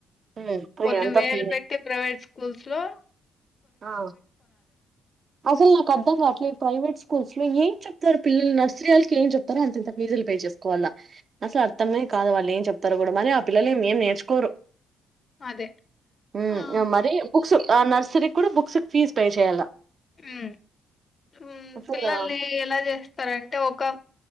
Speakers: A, on the right (about 45°); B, on the left (about 40°).
A: ఉమ్
B: కొన్ని
A: అయ్ అంతా
B: వేలు
A: ఫ్రీనే
B: పెట్టి ప్రైవేట్ స్కు గుల్సులో
A: ఆ అసలు నాకు అర్ధం కాట్లే ఈ ప్రైవేట్ స్కూల్ అసలు ఏం చెప్తారు పిల్లలు నర్సరీ వాళ్ళకి ఏం చెప్తారో అంత ఇంత ఫీజులు పే చేసుకోవాల అసలు అర్థమే కాదు. వాళ్ళు ఏం చెప్తారు కూడా మరి ఆ పిల్లలు ఏం నేర్చుకోరు.
B: అదే
A: ఉ
B: ఆ
A: మరి బుక్స్ ఆ నర్సరి కూడా బుక్స్ కి ఫీజ్ పే చేయాలా
B: ఉ ఊ
A: అసలు
B: పిల్లల్ని ఎలా చేస్త సార అంటే ఒక